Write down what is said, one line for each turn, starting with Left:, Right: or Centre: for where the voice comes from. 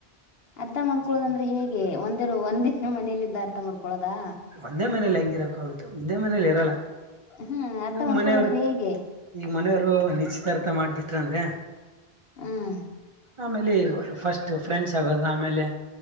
Left: ಅರ್ಥ ಮಾಡ್ಕೊಳೋದಂದ್ರೆ ಹೇಗೆ ಒಂದೇರು ಒಂದೇ ಮನೆಯಲ್ಲಿದ್ದ ಅರ್ಥ ಮಾಡ್ಕೊಳೋದಾ
Right: ಒಂದೇ ಮನಲಿ ಹೆಂಗಿರಕ ಆೋಗುತ್ತೆ ಒಂದೇ ಮನೇಲಿ ಇರಲ್ಲ
Left: ಹಾ ಅರ್ಥ
Right: ಇವಾಗ
Left: ಮಾಡ್ಕೊಳೋದಂದ್ರೆ
Right: ಮನೆಯವರು
Left: ಹೇಗೆ
Right: ಈಗ ಮನೆಯವರು ನಿಶ್ಚಿತಾರ್ಥ ಮಾಡ್ಬಿಟ್ರ ಅಂದ್ರೆ.
Left: ಹ್ಮ
Right: ಆಮೇಲೆ ಫಸ್ಟ್ ಫ್ರೆಂಡ್ಸ್ ಆಗೋದು ಆಮೇಲೆ